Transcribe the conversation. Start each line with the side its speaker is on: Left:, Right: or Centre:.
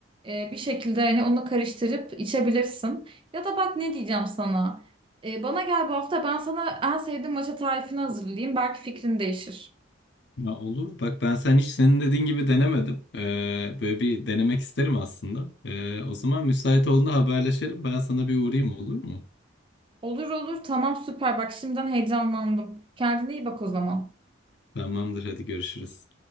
Right: e, bir şekilde hani onu karıştırıp içebilirsin. Ya da bak ne diyeceğim sana. E, bana gel bu hafta ben sana en sevdiğim maça tarifini hazırlayayım. Belki fikrin değişir.
Left: Ya olur. Bak ben sen hiç senin dediğin gibi denemedim. Ee, böyle bir denemek isterim aslında. Ee, o zaman müsait olduğunda haberleşelim. Ben sana bir uğrayayım olur mu?
Right: Olur olur tamam süper bak şimdiden heyecanlandım. Kendine iyi bak o zaman.
Left: Tamamdır hadi görüşürüz.